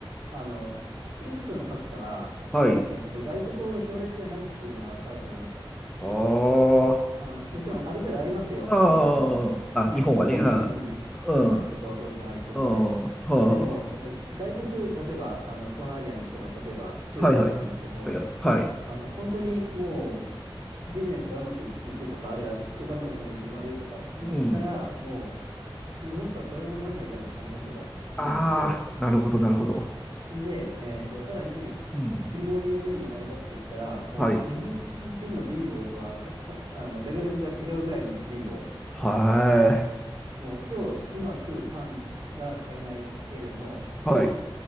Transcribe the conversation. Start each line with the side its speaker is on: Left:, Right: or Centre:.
Right: あの、貧富の格差が、
Centre: はい。
Right: えっと、外国ほど強烈じゃないっていうのがああると思います。
Centre: あ
Right: あの、もちろんある程度ありますよ。
Centre: あ、
Right: その、
Centre: ああ、
Right: ね、
Centre: あ、日本はね、
Right: 六本木ヒルズに住んでる人とそうじゃない人とかね。
Centre: ああ、うん、うん、はあ、
Right: でも、やっぱり外国、例えば、あの、東南アジアにしても、例えば中東とかにしても、
Centre: はい、はい、はい、はい。
Right: あの、本当にもうビジネスがうまくいくとか、あるいはお金持ちの家に生まれるとかって言ったら、
Centre: うん。
Right: もう日本とは比べ物にならないぐらいの金持ちが、になって、
Centre: ああ、なるほど、なるほど。
Right: で、えっと、さらに、
Centre: うん。
Right: 貧乏人の家に生まれたって言ったら、もう日本人の貧乏とは、
Centre: はい。
Right: は、はあの、レベルが違うぐらいの貧乏。
Centre: はい。
Right: もう今日、今食うパンが買えないレベルの、
Centre: はい。